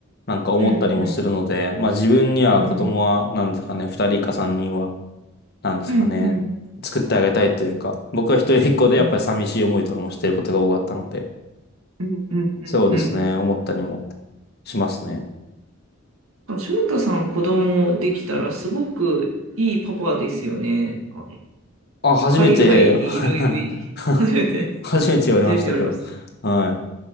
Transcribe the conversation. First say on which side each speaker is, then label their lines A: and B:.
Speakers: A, on the left; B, on the right.
A: なんか思ったりもするので、
B: うん、うん、
A: まあ、自分には子供は、
B: うん、
A: なんですかね、二人か三人は、なんですかね、
B: うん、うん、うん、
A: 作ってあげたいというか、僕は一人っ子でやっぱり寂しい思いとかもしてることが多かったので、
B: うん、うん、
A: そうですね、
B: うん。
A: 思ったりもしますね。
B: あ、翔太さん子供できたらすごくいいパパですよね。あ
A: あ、初めて
B: 海外にいろいろい、
A: <laughs>
B: 初めて、
A: 初めて言われましたけど。
B: 初めて言われました。
A: はい。